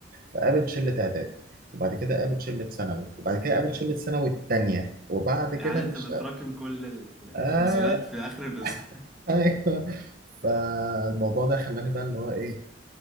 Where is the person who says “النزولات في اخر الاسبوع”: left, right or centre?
Centre